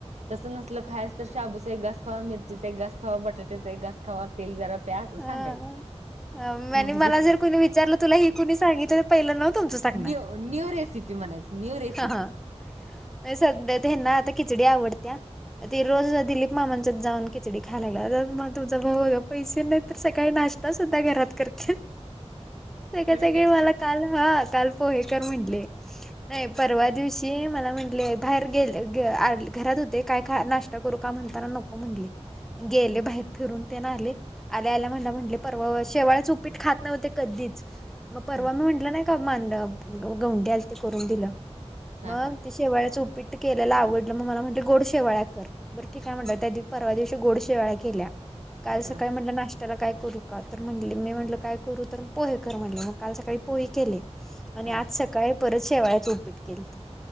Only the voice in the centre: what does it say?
हा
आणि मला जर कोणी विचारलं तुला हे कुणी सांगितलं, ते पहिलं नाव तुमचं सांगणार.
हा नाही सध्या हेना आता खिचडी आवडत्या. ते रोज जर दिलीप मामांच्यात जाऊन खिचडी खाय लागलाय, तर मग तुझा भाऊ पैसे नाही तर सकाळी नाश आता सुद्धा घरात करत्यात. सगळे
-सगळे
मला काल हा, काल पोहे कर म्हटले. नाही परवा दिवशी मला म्हंटले, बाहेर गेले घरात होते काय का नाश्ता करू का म्हणताना नको म्हले, गेले
बाहेर. फिरून तेन आले, आल्या- आल्या मला म्हटले परवा शेवाळ्याच उपीट खात नव्हते कधीच. मग परवा
मी म्हंटलं नाही का, मांड, गवंडी आलते करून दिलं.
मग
ते शेवाळ्याच उपीट केलेला आवडलं, मग मला म्हटले गोड शेवाळ्या कर. बरं ठीक हाय म्हटल त्या परवा दिवशी गोड शेवाळ्या केल्या. काल सकाळी
म्हटलं नाश्त्याला काय करू का? तर म्हटले मी म्हटलं काय करू? तर पोहे कर म्हटले, मग काल सकाळी पोई केले आणि
आज सकाळी परत शेवाळ्यात उपीट केलंत.